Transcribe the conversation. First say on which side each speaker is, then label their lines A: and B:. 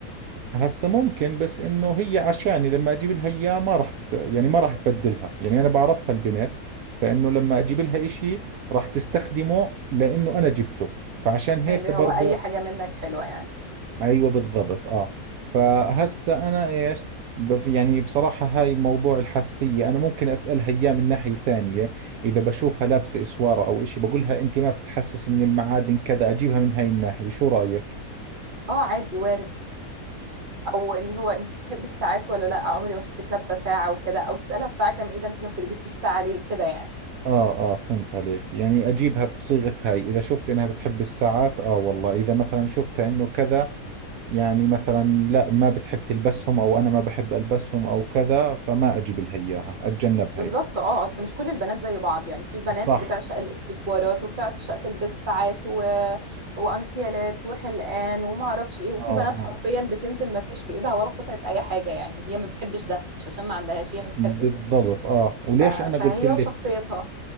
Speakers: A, on the right (about 75°); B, on the right (about 35°).
A: هسا ممكن بس انه هي عشاني لما اجيب لها اياه ما راح ت- يعني ما راح تبدلها يعني انا بعرفها البنت فانه لما اجيب لها اشي راح تستخدمه لانه انا جبته فعشان هيك
B: اللي
A: برضه
B: هو اي حاجه منك حلوه يعني
A: ايوه بالضبط اه فهسا انا ايش بف- يعني بصراحة هاي موضوع الحساسية أنا ممكن أسألها إياه من ناحية ثانية إذا بشوفها لابسة إسوارة أو إشي بقولها أنت ما بتتحسسي من المعادن كذا أجيبها من هاي الناحية شو رأيك؟
B: اه عادي وارد او اللي هو انت بتحبي الساعات ولا لا عمري ما شفتك لابسه ساعه وكده او تسالها الساعه كام ايه ده انت ما بتلبسيش ساعه ليه كده يعني
A: آه آه فهمت عليك يعني أجيبها بصيغة هاي إذا شفت إنها بتحب الساعات آه والله إذا مثلا شفتها إنه كذا يعني مثلا لا ما بتحب تلبسهم أو أنا ما بحب ألبسهم أو كذا فما أجيب لها إياها أتجنبها
B: بالظبط
A: يعني
B: اه اصل مش كل البنات زي بعض يعني في بنات
A: صح
B: بتعشق الاكسسوارات وبتعشق تلبس ساعات و... وانسيالات وحلقان وما اعرفش ايه وفي
A: آه آه
B: بنات حرفيا بتنزل ما فيش في ايدها ولا قطعه اي حاجه يعني هي ما بتحبش ده مش عشان ما عندهاش هي ما بتحبش
A: بالضبط آه وليش
B: ف...
A: أنا قلت
B: فهي
A: لك
B: وشخصيتها